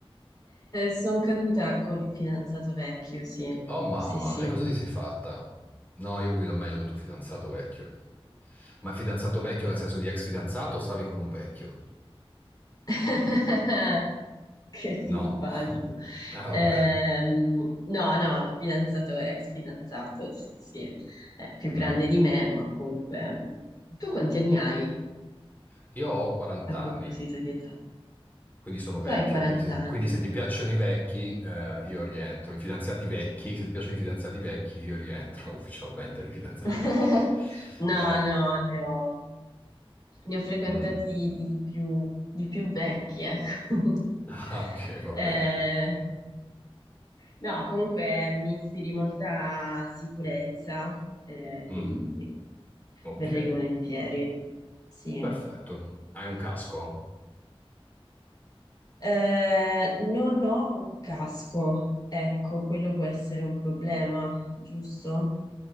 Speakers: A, on the left (about 40°); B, on the left (about 15°).
A: sono caduta col fidanzato vecchio, sì,
B: Oh mamma,
A: sì, sì.
B: e cosa ti sei fatta? No, io guido meglio del tuo fidanzato vecchio. Ma fidanzato vecchio nel senso di ex fidanzato o stavi con un vecchio?
A: <laughs> Che simpatico.
B: No, eh, vabbè.
A: Ehm, no, no, fidanzato, ex fidanzato, sì, sì, è più
B: Mm.
A: grande di me, ma comunque... Tu quanti anni hai
B: Io ho 40
A: a proposito
B: anni,
A: di età?
B: quindi sono vecchio.
A: Tu hai 40
B: Quindi se, quindi
A: anni.
B: se ti piacciono i vecchi, eh, io rientro. I fidanzati vecchi, se ti piacciono i fidanzati vecchi, io rientro <laughs> ufficialmente nei fidanzati
A: <laughs>
B: vecchi.
A: No,
B: Eh,
A: no, ne ho, ne ho frequentati
B: mm. <laughs>
A: di più, di più vecchi, ecco. <laughs>
B: Ah, ok, va
A: Eh,
B: bene.
A: no, comunque mi ispiri molta sicurezza, eh,
B: Mm,
A: quindi
B: ok,
A: verrei volentieri, sì.
B: perfetto. Hai un casco?
A: Eh, non ho un casco, ecco, quello può essere un problema, giusto?